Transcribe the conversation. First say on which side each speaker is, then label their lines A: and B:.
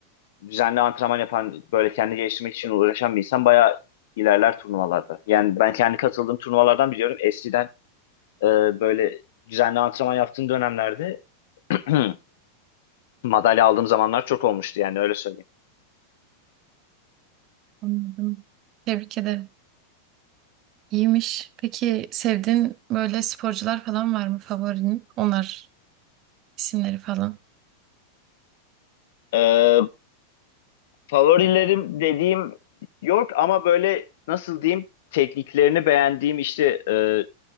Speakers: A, on the left (about 55°); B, on the right (about 35°).
A: düzenli antrenman yapan böyle kendi geliştirmek için uğraşan bir insan bayağı ilerler turnuvalarda. Yani ben kendi katıldığım turnuvalardan biliyorum. Eskiden Ee, böyle düzenli antrenman yaptığım dönemlerde <clears throat> madalya aldığım zamanlar çok olmuştu yani öyle söyleyeyim.
B: anladım. Tebrik ederim. İyiymiş. Peki sevdiğin böyle sporcular falan var mı favorinin? Onlar isimleri falan.
A: Ee, favorilerim dediğim yok ama böyle nasıl diyeyim tekniklerini beğendiğim işte e,